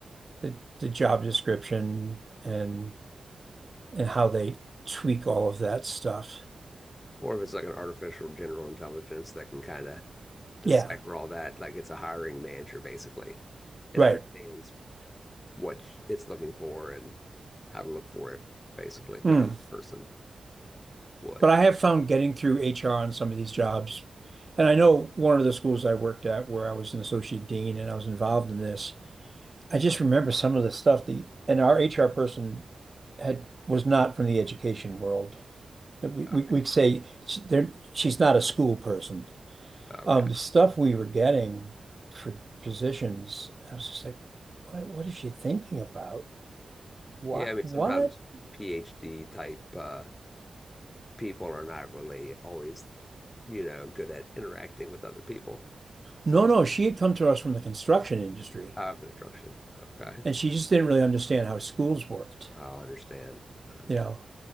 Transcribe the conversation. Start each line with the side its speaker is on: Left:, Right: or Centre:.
Right: the, the job description and and how they tweak all of that stuff.
Left: or if it's like an artificial general intelligence that can kind of decipher
Right: Yeah,
Left: all that, like it's a hiring manager basically, and
Right: right.
Left: understands what it's looking for and how to look for it basically better
Right: Mm.
Left: than a person would.
Right: But I have found getting through HR on some of these jobs. And I know one of the schools I worked at where I was an associate dean and I was involved in this. I just remember some of the stuff the and our HR person had was not from the education world. We,
Left: Okay,
Right: we we'd say she, she's not a school person.
Left: okay.
Right: Um, the stuff we were getting for positions, I was just like, what, what is she thinking about? What
Left: Yeah, I mean
Right: what?
Left: sometimes PhD type uh, people are not really always, you know, good at interacting with other people,
Right: No,
Left: other
Right: no, she had come to us from the construction industry.
Left: uh, construction. Okay.
Right: and she just didn't really understand how schools worked,
Left: I understand. I understand.
Right: you know.